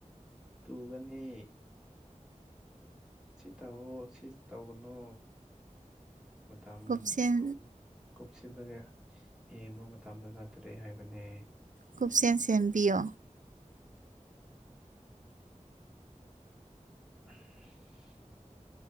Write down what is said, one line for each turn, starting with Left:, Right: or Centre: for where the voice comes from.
Centre: ꯇꯨꯒꯅꯤ ꯁꯤ ꯇꯧꯋꯣ ꯁꯤ ꯇꯧꯒꯅꯣ ꯃꯇꯝ
Right: ꯀꯨꯞꯁꯦꯟ
Centre: ꯀꯨꯝ ꯀꯨꯞꯁꯤꯗꯅꯦ ꯌꯦꯡꯕ ꯃꯇꯝꯗꯣ ꯅꯠꯇ꯭ꯔꯦ ꯍꯥꯏꯕꯅꯦ
Right: ꯀꯨꯞꯁꯦꯟ ꯁꯦꯟꯕꯤꯌꯣ
Centre: <inaudible>